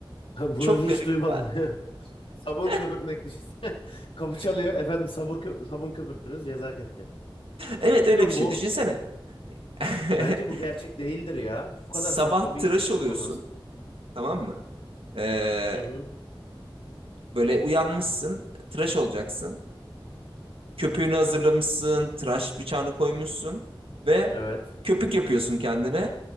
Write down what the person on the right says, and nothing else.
Çok
garip.
<laughs>
Evet
öyle
bir şey. Düşünsene. <laughs>
Sabah
tıraş
oluyorsun.
Tamam mı? Ee,
böyle uyanmışsın. Tıraş olacaksın. Köpüğünü hazırlamışsın, tıraş bıçağını koymuşsun ve
köpük yapıyorsun kendine.